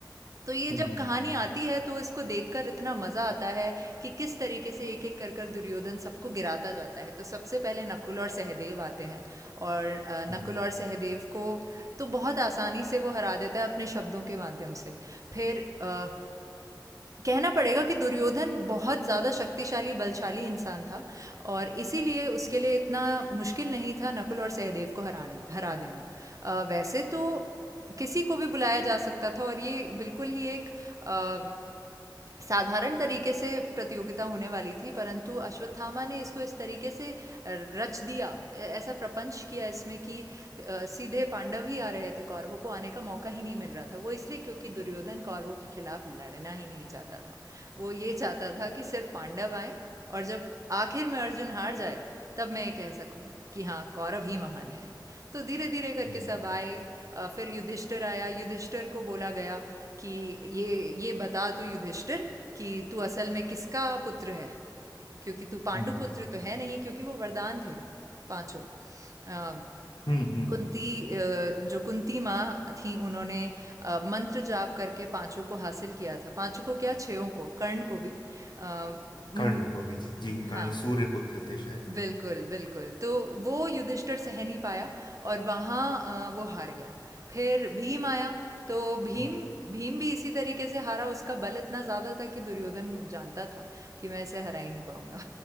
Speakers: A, on the right (about 45°); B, on the left (about 75°).
A: तो ये
B: हम्म
A: जब कहानी आती है तो इसको देखकर इतना मजा आता है कि किस तरीके से एक एक कर कर दुर्योधन सबको गिराता जाता है तो सबसे पहले नकुल और सहदेव आते हैं और अ,
B: हम्म
A: नकुल और सहदेव को तो बहुत आसानी से वो हरा देता है अपने शब्दों के माध्यम से फिर अ, कहना पड़ेगा कि दुर्योधन बहुत ज़्यादा शक्तिशाली बलशाली इंसान था और इसीलिए उसके लिए इतना मुश्किल नहीं था नकुल और सहदेव को हराने हरा देना अ, वैसे तो किसी को भी बुलाया जा सकता था और ये बिल्कुल ही एक अ, साधारण तरीके से प्रतियोगिता होने वाली थी परंतु अश्वत्थामा ने इसको इस तरीके से रच दिया ऐ- ऐसा प्रपंच किया इसमें कि अ, सीधे पांडव ही आ रहे थे कौरवों को आने का मौका ही नहीं मिल रहा था वो इसलिए क्योंकि दुर्योधन कौरवों के खिलाफ लड़ना ही नहीं चाहता था वो ये चाहता था कि सिर्फ पांडव आए और जब आखिर में अर्जुन हार जाए तब मैं ये कह सकूं कि हाँ कौरव ही महान है तो धीरे धीरे करके
B: हम्म
A: सब आए अ, फिर युधिष्ठिर आया युधिष्ठिर को बोला गया कि ये ये बता तू युधिष्ठिर कि तू असल में किसका पुत्र है क्योंकि तू पांडु
B: हम्म हम्म, हम्म,
A: पुत्र तो है नहीं क्योंकि वो वरदान थे पांचों अ,
B: हम्म, हम्म,
A: कुंती अ, जो कुंती माँ थी उन्होंने अ, मंत्र जाप करके पांचों को हासिल किया था पांचों को क्या छयों को कर्ण को भी अ, म,
B: कर्ण को भी जी कर्ण
A: हाँ
B: सूर्य पुत्र थे शायद
A: बिल्कुल बिल्कुल तो वो युधिष्ठिर सह नहीं पाया और वहाँ अ, वो हार गया फिर भीम आया तो भीम
B: हम्म,
A: भीम भी इसी तरीके से हारा उसका बल इतना ज़्यादा था कि दुर्योधन जानता था कि मैं इसे हरा ही नहीं पाऊंगा